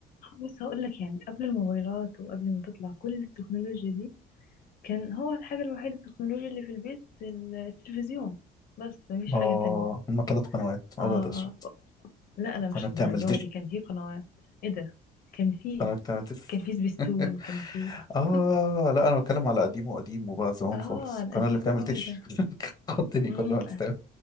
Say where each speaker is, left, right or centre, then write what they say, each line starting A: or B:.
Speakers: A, on the left; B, on the left.
A: بص هقول لك يعني قبل الموبايلات وقبل ما تطلع كل التكنولوجيا دي كان هو الحاجة الوحيدة التكنولوجيا اللي في البيت ال- التلفزيون بس مفيش
B: اه
A: حاجة تانية
B: هما ثلاث قنوات ابيض
A: اه
B: واسود
A: اه لا لا مش
B: قناة
A: الدرجة
B: بتعمل
A: دي كان في قنوات ايه ده كان في
B: انا بتعمل
A: كان في سبيستون
B: <laughs>
A: كان في
B: اه
A: <laughs>
B: لا انا بتكلم على قديمه قديمه بقى زمان
A: اه
B: خالص القناه
A: القديم
B: اللي بتعمل
A: قوي
B: تش
A: ده
B: <laughs> تخضني كل
A: امم
B: ما تتعمل